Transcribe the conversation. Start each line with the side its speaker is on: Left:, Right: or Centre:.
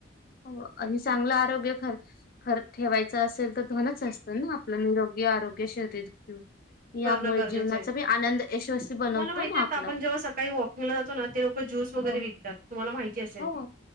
Left: हो आणि चांगलं आरोग्य खर खर ठेवायचं असेल तर धनच असतं ना आपल निरोगी आरोग्य शरीर यामुळे
Right: करण गरजेच
Left: जीवनाचा
Right: ये
Left: बी आनंद यशस्वी
Right: तुम्हाला
Left: बनवतो
Right: माहितीय
Left: ना
Right: आता
Left: आपला.
Right: आपण जेव्हा सकाळी वॉकिंगला जातो ना ते ज्यूस वगैरे
Left: हो
Right: विकतात तुम्हाला माहिती असेल.
Left: हो.